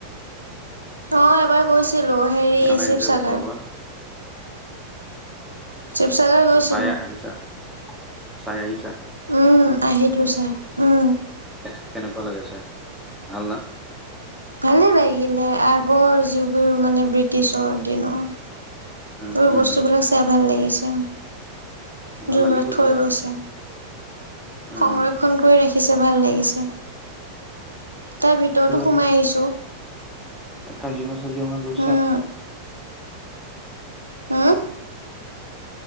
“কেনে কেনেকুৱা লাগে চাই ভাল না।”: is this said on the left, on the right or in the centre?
Centre